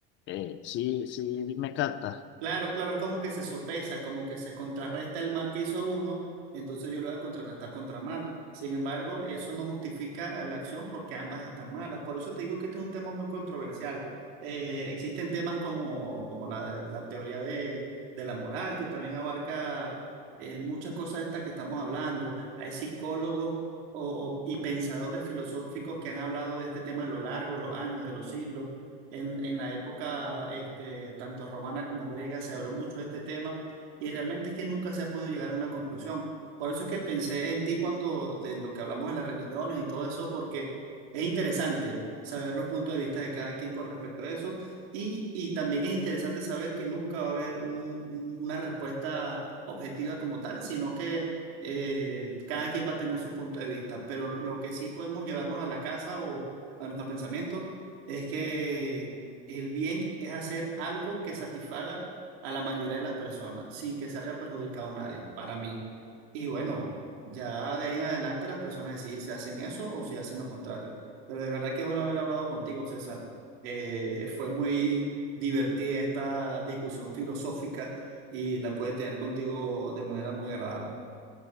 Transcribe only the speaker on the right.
Claro, claro, es como que se sopesa, como que se contrarresta el mal que hizo uno, entonces yo lo voy a contrarrestar contra mal. Sin embargo, eso no justifica la acción porque ambas están malas. Por eso te digo que este es un tema muy controversial. Eh, existen temas como, como la, la teoría de, de la moral, que también abarca eh, muchas cosas de estas que estamos hablando. Hay psicólogos o- o- y pensadores filosóficos que han hablado de este tema a lo largo de los años, de los siglos. En, en la época este, tanto romana como griega se habló mucho de este tema y realmente es que nunca se ha podido llegar a una conclusión. Por eso es que pensé en ti cuando de lo que hablamos de las religiones y todo eso, porque es interesante saber los puntos de vista de cada quien con respecto a eso y, y también es interesante saber que nunca va a haber un- una respuesta objetiva como tal, sino que eh, cada quien va a tener su punto de vista. Pero lo que sí podemos llevarnos a la casa o a nuestro pensamiento es que el bien es hacer algo que satisfaga a la mayoría de las personas sin que salga perjudicado a nadie, para mí. Y bueno, ya de ahí en adelante las personas deciden si hacen eso o si hacen lo contrario. Pero de verdad que bueno haber hablado contigo, César. Eh, fue muy divertida esta discusión filosófica y la pude tener contigo de manera muy agradable.